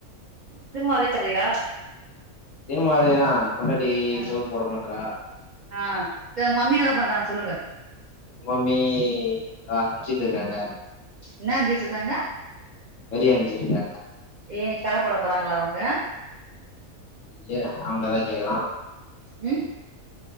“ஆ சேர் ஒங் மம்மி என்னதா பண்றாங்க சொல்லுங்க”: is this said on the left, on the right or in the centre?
Right